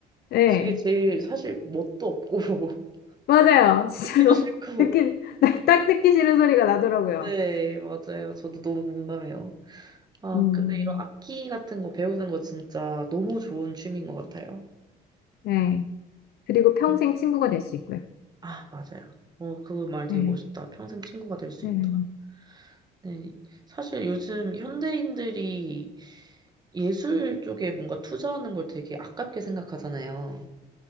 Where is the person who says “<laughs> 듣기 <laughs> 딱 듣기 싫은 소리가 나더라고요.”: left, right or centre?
Left